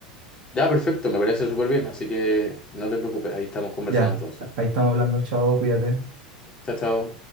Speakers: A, on the left; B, on the right.
A: ya, perfecto, me parece súper bien, así que no te preocupes, ahí estamos conversando
B: Ya,
A: entonces.
B: ahí estamos hablando, chao, cuídate.
A: Chao, chao.